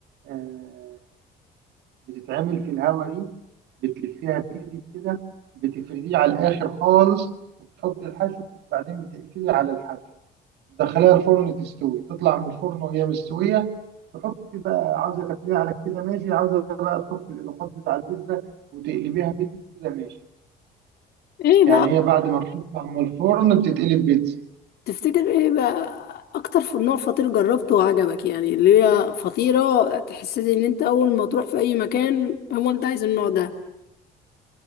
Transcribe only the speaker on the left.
ايه بقى
تفتكر ايه بقى اكتر ف- نوع فطير جربته وعجبك يعني اللي هي فطيرة تحسسي ان انت اول ما تروح في اي مكان هو انت عايز النوع ده